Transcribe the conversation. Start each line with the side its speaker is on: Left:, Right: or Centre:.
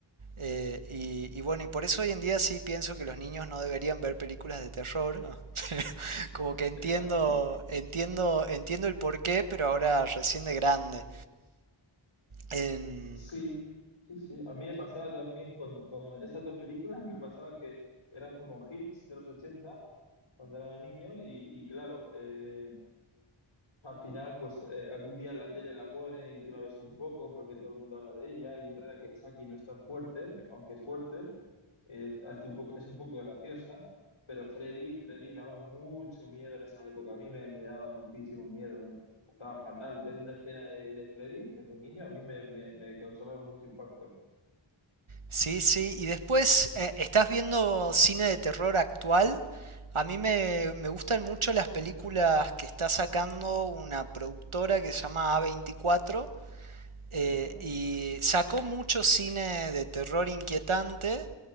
Right: eh, y, y, bueno, y por eso hoy en día sí pienso que los niños no deberían ver películas de terror. <laughs> Como que entiendo,
Left: exacto.
Right: entiendo, entiendo el porqué, pero ahora recién de grande. En-
Left: Sí, sí, sí. A mí me pasaba también con, con esas dos películas, me pasaba que eran como hits de los 80 cuando era niño y, y claro, eh, al final, pues eh, algún día en la tele la pone y tú la ves un poco porque todo el mundo habla de ella y es verdad que Chucky no es tan fuerte, aunque es fuerte, es, hace un poco, es un poco graciosa, pero Freddy, Freddy daba mucho miedo en esa época, a mí me, me daba muchísimo miedo, eh. Estaba fatal ver una escena de, de Freddy de niño, a mí me, me- me causaba mucho impacto.
Right: Sí, sí. Y después, eh, ¿estás viendo cine de terror actual? A mí me, me gustan mucho las películas que está sacando una productora que se llama a veinticuatro Eh,
Left: Ajá.
Right: y sacó mucho cine de terror inquietante,